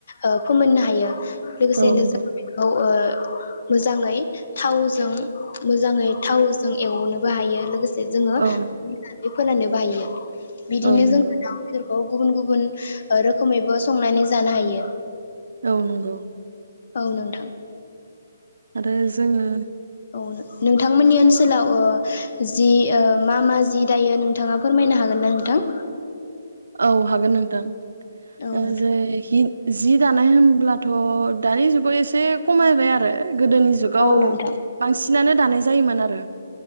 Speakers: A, on the left; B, on the right.
A: ओ फोमोननो हायो। लोगोसेनो
B: औ नंगौ
A: जो बेखौ ओ। मोजाङै थावजों मोजाङै थावजों एवनोबो हायो लोगोसे। जोङो
B: औ
A: फोरान्नोबो हायो।
B: नंगौ
A: बिदिनो जों औ गुबुन गुबुन ओ रोखोमैबो संनानै जानो हायो।
B: औ नोंगपो।
A: औ नोंथां।
B: आरो जोङो
A: औ नो-नोंथांमोननि ओनसोलाव जि ओ मा मा जि दायो नोंथाङा फोरमायनो हागोन ना नोंथां?
B: औ। हागोन नोंथां।
A: औ
B: ओ
A: नोंथां
B: जो हि जि दानाय होनब्लाथ' दानि जुगाव एसे खमायबाय आरो। गोदोनि जुगाव
A: औ नोंथां
B: <inaudible> बांसि नानो दानाय जायोमोन आरो।